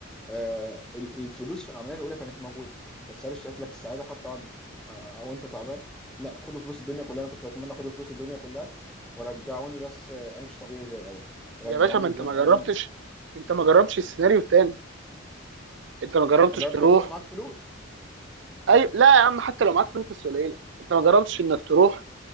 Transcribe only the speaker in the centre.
آه، ال- الفلوس في العمليه الاولى كانت موجوده بس هل اشتريت لك السعاده حتى بعد آه، او انت تعبان لا خدوا فلوس الدنيا كلها انا كنت بتمنى خدوا فلوس الدنيا كلها ورجعوني بس آه، امشي طبيعي زي الاول رجعوني
بدون
الم
اللي هو
انت ما يكونش معاك فلوس